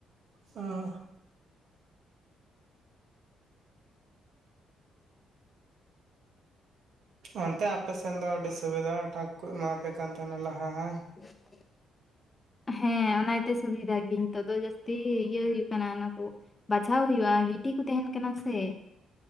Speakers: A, on the right (about 70°); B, on the left (about 25°).
A: ᱚ ᱾ ᱚᱱᱛᱮ ᱟᱯᱮ ᱥᱮᱱ ᱫᱚ ᱟᱹᱰᱤ ᱥᱩᱵᱤᱫᱷᱟ ᱟᱸᱴᱟ ᱠᱚ ᱮᱢᱟ ᱟᱯᱮ ᱠᱟᱱ ᱛᱟᱦᱮᱱᱟ ᱞᱟᱦᱟ ᱦᱟᱝ?
B: <inaudible> ᱦᱮᱸ ᱚᱱᱟ ᱜᱮᱛᱚ ᱥᱩᱵᱤᱫᱷᱟ ᱜᱮ ᱱᱤᱛᱚᱜ ᱫᱚ ᱡᱟᱹᱥᱛᱤ ᱤᱭᱟᱹ ᱦᱩᱭᱩᱜ ᱠᱟᱱᱟ ᱚᱱᱟ ᱠᱚ ᱵᱟᱪᱷᱟᱣ ᱦᱩᱭᱩᱜᱼᱟ ᱜᱤᱴᱤ ᱠᱚ ᱛᱟᱦᱮᱱ ᱠᱟᱱᱟ ᱥᱮ ᱾